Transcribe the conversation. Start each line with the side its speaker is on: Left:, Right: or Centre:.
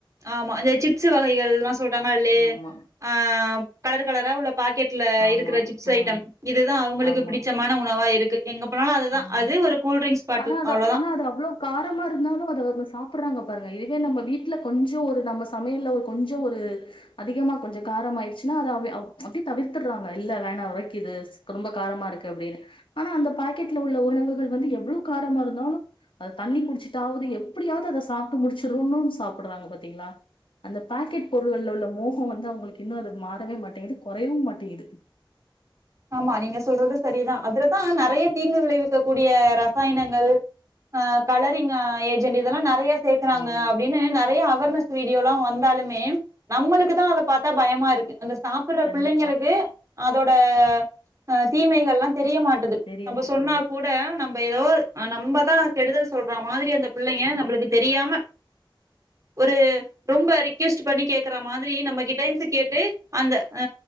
Right: ஆமா இந்த சிப்ஸு வகைகள்லா சொல்றாங்கல்ல லே
Left: ஆமா
Right: ஆ கலர் கலரா உள்ள பாக்கெட்ல
Left: ஆமா
Right: இருக்கிற சிப்ஸ்
Left: ம்
Right: ஐட்டம் இதுதா அவங்களுக்கு
Left: ஆமா
Right: பிடிச்சமான உணவா இருக்கு எங்க போனாலு அதுதா
Left: ம்
Right: அது ஒரு கூல்ட்ரிங்க்ஸ் பாட்டில்
Left: ஆனா அத
Right: அவ்ளோதா
Left: ஆனா அது அவ்ளோ காரமா இருந்தாலு அத அவங்க சாப்பர்றாங்க பாருங்க இதுவே நம்ம வீட்ல கொஞ்ச ஒரு நம்ம சமையல்ல ஒரு கொஞ்ச ஒரு அதிகமா கொஞ்ச காரம் ஆயிருச்சுனா அத அவ அப்டியே தவிர்த்தர்றாங்க இல்ல வேணா ஒரைக்கிது ரொம்ப காரமா இருக்கு அப்டினு ஆனா அந்த பாக் கெட்ல உள்ள உணவுகள் வந்து எவ்வளவு காரமா இருந்தாலு அத தண்ணி குடிச்சிட்டாவது எப்புடியாவுது அத சாப்ட்டு முடிச்சரனுன்னு சாப்படுறாங்க பாத்திங்ளா அந்த பாக்கெட் பொருளுல உள்ள மோக வந்து அவங்களுக்கு இன்னு அது மாறவே மாட்டேங்குது கொறையவு மாட்டேங்குது
Right: ஆமா நீங்க சொல்றது சரிதா அதுலதா நெறைய தீங்கு விளைவிக்கக்க கூடிய ரசாயனங்கள் அ கலரிங் ஏஜெண்ட் இதெல்லா நெறைய சேக்கறாங்க
Left: ஆமா.
Right: அப்டின்னு நெறைய அவேர்னஸ் வீடியோ லா வந்தாலுமே நம்மளுக்குதா அத பாத்தா பயமா இருக்கு அந்த சாப்படுற
Left: கண்டிப்பா.
Right: பிள்ளைங்களுக்கு அதோட ஆ தீமைகள்லா தெரிய மாட்டுது
Left: தெரிய
Right: நம்ம
Left: மாட்டேங்குது.
Right: சொன்னாக் கூட நம் ப ஏதோ அ நம்பதா கெடுதல் சொல் றா மாதிரி அந்த புள்ளைங்க நம்மளுக்கு தெரியாம ஒரு ரொம்ப ரிக் க்யொஸ்ட் பண்ணி கேக்குற மாதிரி நம்ம கிட்டேந்து கேட்டு அந்த ஆ